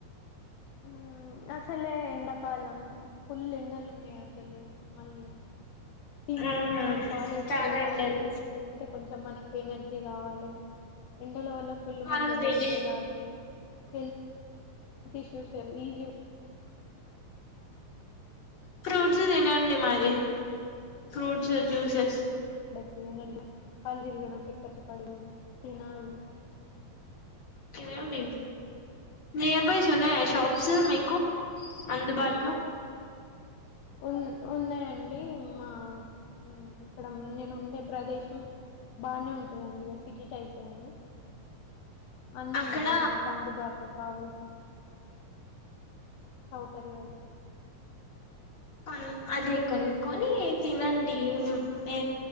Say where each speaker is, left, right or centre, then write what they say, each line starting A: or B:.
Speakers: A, on the left; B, on the left.
A: ఊమ్ అసలే ఎండాకాలం ఫుల్ ఎండలు ఉన్నాయి అసలే మళ్ళీ
B: మ్మ్
A: థింగ్ మనం కాలేజ్
B: చానా
A: వోవాలి
B: ఎండలు
A: అంటే కొంచెం మనకు. ఎనర్జీ కావాలి ఎన్. ఎండల వల్ల ఫుల్
B: మనం
A: ముందు ఎండ
B: తిని
A: దెబ్బలు తాకి హెల్త్. <unintelligible> ఈజి
B: ఫ్రూట్స్ తినండి మారి ఫ్రూట్స్ జ్యూసెస్
A: తినాలి కళ్ళు తిరగడం చెక్కరోచ్చి పాడిపొవడం తినాలి.
B: తిన్నండి నియర్ బాయ్స్ ఉన్నాయా షాప్స్ మీకు. అందుబాట్లో.
A: ఉన్ ఉన్నాయండి మా. ఉమ్ ఇక్కడ నేను ఉండే ప్రదేశం బానే ఉంటదండి ఇగ సిటీ టైపే అండి. అన్ని
B: అక్కడ
A: ఉంటాయి మాకు అందుబాట్లో కావల్సినవి. సౌకర్యాలు.
B: అద్ అదీ కొనుక్కొని తినండి మేం మే